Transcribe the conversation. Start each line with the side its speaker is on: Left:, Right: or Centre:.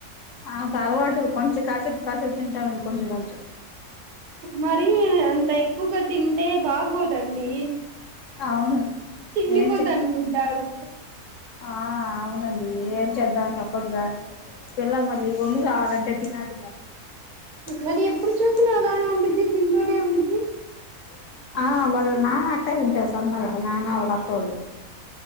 Left: అకు అలవాటు కొంచం కాసపు కాసేపు తింటాముండి కొంచెం కొంచం
Right: మరి అంత ఎక్కువగా తింటే బాగోదండి
Left: అవును
Right: తిండిబోతు
Left: ఏం చే
Right: అనుకుంటారు
Left: ఆ అవునండి ఎం చేద్దాం తప్పదుగా పిల్ల మళ్ళీ వళ్ళు కావాలంటే తినాలిగా <unintelligible>
Right: మరి ఎప్పుడు చూసినా అలానే ఉండిద్ది తింటూనే ఉండిద్ది
Left: ఆ వల్ల నానా ఉంటా సన్నగా ననా వాళ్ళు అత్త వాళ్ళు